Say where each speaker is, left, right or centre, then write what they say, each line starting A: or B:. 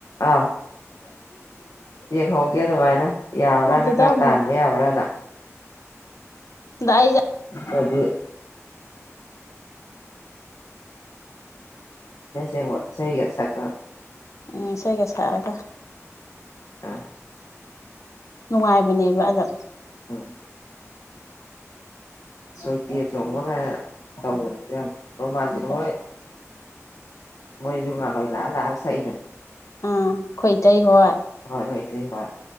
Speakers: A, on the left; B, on the left.
A: ꯑꯥ ꯌꯦꯡꯍꯧꯒꯦ ꯑꯗꯨꯃꯥꯏꯅ ꯌꯥꯕ꯭ꯔꯥꯅ
B: ꯑꯗꯨꯗ
A: ꯈꯔ
B: ꯑꯃꯨꯛ
A: ꯇꯥꯟꯕ ꯌꯥꯕ꯭ꯔꯅ
B: ꯗꯥ ꯑꯩ
A: ꯑꯩꯗꯤ ꯁꯦꯡ ꯆꯍꯤꯒ ꯁꯀ
B: ꯎꯝ ꯏꯁꯩꯒ ꯁꯥꯛꯑꯒ
A: ꯑꯥ
B: ꯅꯨꯡꯉꯥꯏꯕꯅꯦꯕ ꯑꯗꯣ
A: ꯎꯝ ꯁꯣꯏꯇꯦ ꯆꯣꯡꯕ ꯀꯥꯏꯅ ꯇꯧꯕꯅꯦꯗ ꯌꯥꯝ ꯔꯣꯃꯥꯟꯖꯤꯛ
B: ꯑꯥ
A: ꯍꯣꯏ ꯃꯣꯏ ꯖꯍꯥ ꯂꯣꯏ ꯂꯥꯛꯑ ꯂꯥꯑ ꯆꯍꯤꯗ
B: ꯑꯥ ꯈꯣꯏ ꯇꯩ ꯍꯣꯏ
A: ꯍꯣꯏ ꯍꯣꯏꯇꯩ ꯍꯣꯏ